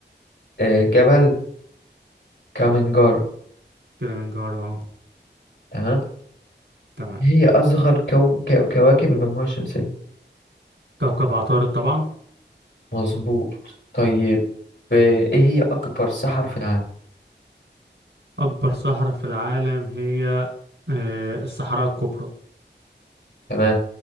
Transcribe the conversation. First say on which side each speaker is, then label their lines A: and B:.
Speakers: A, on the left; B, on the right.
A: آه، جبل كامنجارو
B: كده من جوه اه
A: تمام
B: تمام
A: هي أصغر كو... كو... كواكب المجموعة الشمسية
B: كوكب عطارد طبعا
A: مظبوط طيب آه، إيه هي أكبر صحراء في العالم
B: أكبر صحراء في العالم هي آه، الصحراء الكبرى
A: تمام